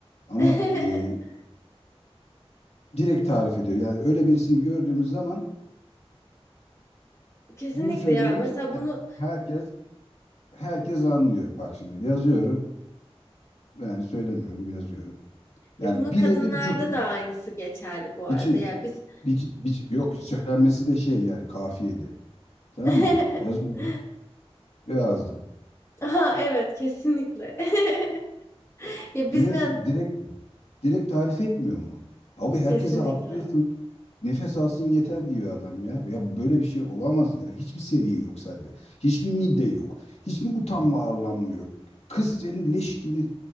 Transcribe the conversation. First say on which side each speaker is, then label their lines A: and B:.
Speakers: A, on the left (about 75°); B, on the left (about 25°).
A: Ama
B: <laughs>
A: e, direkt tarif ediyor. Yani öyle birisini gördüğümüz zaman
B: Kesinlikle
A: bunu söylüyoruz.
B: ya. Mesela bunu
A: Herkes herkes anlıyor. Bak şimdi yazıyorum. Yani söylemiyorum yazıyorum. Yani
B: e, bunu
A: birebir
B: kadınlarda
A: cuk.
B: da aynısı geçerli bu
A: Biçi,
B: arada. Ya biz
A: biçi, biçi- yok söylenmesi de şey yani kafiyeli. Tamam
B: <laughs>
A: mı? Yazıyorum. Lazım.
B: Aha, evet kesinlikle. <laughs> Ya
A: Direkt,
B: biz mi?
A: direkt, direkt tarif etmiyor mu? Abi herkese
B: Kesinlikle.
A: atlıyorsun. Nefes alsın yeter diyor adam ya. Ya böyle bir şey olamaz ya. Hiçbir seviye yok sende. Hiçbir midde yok. Hiçbir utanma arlanma yok. Kız seni leş gibi